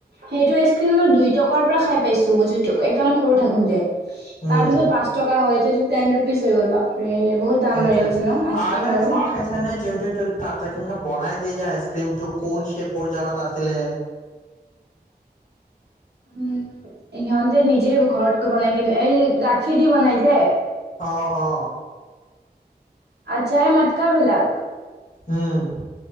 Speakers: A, on the right; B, on the left.
A: সেইটো কিন্তু মই দুই টকাৰ পৰা খাই পাইছো। জু এক্দম সৰু থাকোতে
B: উম
A: তাৰ পিছত পাচ টকা হ'লতি টেন ৰুপিজ হৈ গ'ল বাপৰে। বহুত দাম
B: সেইটে
A: বাঢ়ি গৈছে ন আইচক্ৰীমৰো
B: আৰু এটা আইচ ক্ৰীম খাইছ নে যোনু তাতে কে বনাই দিয়ে যে আইচ ক্ৰীমোক কোন শেপৰ জগত আছিলে।
A: <unintelligible> উম, সিহতে নিজে ঘৰত বনাই কেনে এই গাখীৰ দি বনাই যে।
B: অ - অ।
A: আচ্ছাই মাতকাবিলাক।
B: উম,